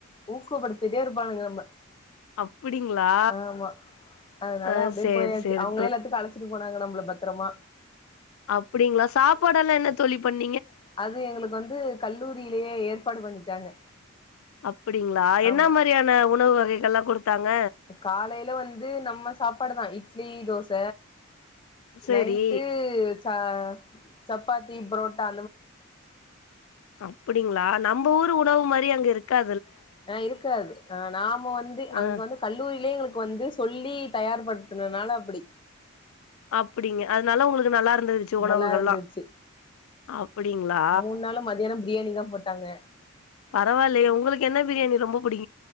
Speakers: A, on the left; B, on the left.
A: ஊக்கப்படுத்திட்டே இருப்பாங் ஆமா
B: அப்டிங்களா
A: ஆமா அதனால
B: ஆ
A: அப்படியே
B: சேரி
A: போயாச்சு
B: சேரி
A: அவுங்களே எல்லாத்துக்கும் அழைச்சிட்டு போனாங்க நம்மள பத்தரமா
B: அப்படிங்களா சாப்பாடெல்லாம் என்ன தோழி பண்
A: அது எங்களுக்கு வந்து கல்லூரிலேயே ஏற்பாடு பண்ணிட்டாங்க
B: அப்டிங்களா என்ன
A: ஆமா
B: மாரியான உணவு வகைகள்லா குடுத்தாங்க
A: காலேல வந்து நம்ம சாப்பாடுதான் இட்லி தோச
B: சேரி
A: நைட்டு சா சப் பாத்தி ப்ரோட்டா
B: அப்படிங்களா நம்ம ஊரு உணவு மாரி அங்க இருக்கா
A: அ இருக்காது அ நாம வந்து அங்க
B: ஆ
A: வந்து கல்லூரிலே எங்களுக்கு வந்து சொல்லி தயார் படுத்துனனால அப்படி
B: அப்படிங்க அதனால உங்களுக்கு நல்லா இருந்துச்சு உணவுகள்
A: நல்லா இருந்துச்சு
B: எல்லாம் அப்படிங்களா
A: மூணு நாளு மதியானோ பிரியாணி தா போட்டாங்க
B: பரவாயில்லயே உங்களுக்கு என்ன பிரியாணி ரொம்ப புடிக்